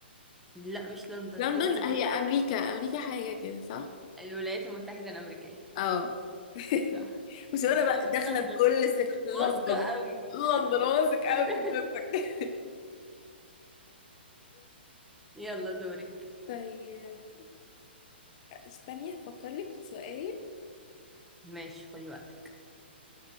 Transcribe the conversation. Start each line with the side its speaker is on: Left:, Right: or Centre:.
Centre: لا مش لندن
Left: لندن
Centre: ايه الثقة
Left: هي
Centre: دي؟
Left: امريكا امريكا حاجه كده صح
Centre: الولايات المتحدة الأمريكية
Left: اه <laughs>
Centre: صح
Left: مش انا
Centre: <laughs>
Left: بقى داخله
Centre: لندن
Left: بكل استك لندن
Centre: واثقة قوي
Left: لندن واثق
Centre: <laughs>
Left: قوي من نفسك <laughs>
Centre: يلا دورك
Left: طيب استني هفكر لك في سؤال
Centre: ماشي خدي وقتك